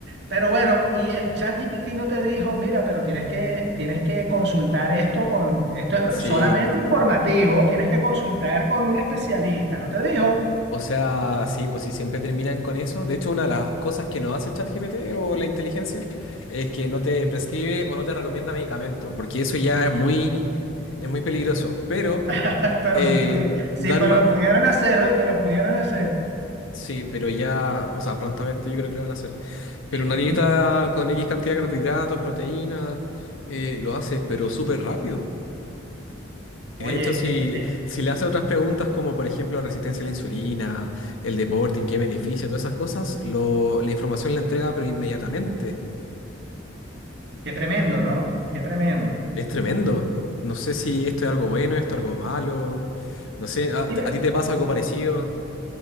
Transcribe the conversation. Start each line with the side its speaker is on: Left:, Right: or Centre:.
Right: Pero bueno, y el chat GPT no te dijo, mira, pero tienes que, tienes que consultar esto con, esto es
Left: Sí.
Right: solamente informativo, tienes que consultar con un especialista, no te dijo,
Left: O, o sea, sí, pues si siempre terminan con eso. De hecho, una de las cosas que no hace el ChatGPT o la inteligencia es que no te prescribe o no te recomienda medicamentos, porque eso ya es muy, es muy peligroso. Pero
Right: <laughs> pero
Left: eh,
Right: si pudi- sí,
Left: dar
Right: pero
Left: una...
Right: lo pudieron hacer, hoy te lo pudieron hacer.
Left: Sí, pero ya, o sea, prontamente yo creo que lo van a hacer. Pero una
Right: <laughs>
Left: dieta con X cantidad de carbohidratos, proteínas, eh, lo hace, pero súper rápido. Y
Right: Oye,
Left: de hecho, si,
Right: eh, eh,
Left: si le hace otras preguntas como por ejemplo la resistencia a la insulina, el deporte, en qué beneficia, todas esas cosas, lo, la información la entrega pero inmediatamente.
Right: qué tremendo, ¿no? Qué tremendo.
Left: Es tremendo. No sé si esto es algo bueno, esto es algo malo. No sé, ¿a, a
Right: Mira,
Left: ti te pasa algo parecido?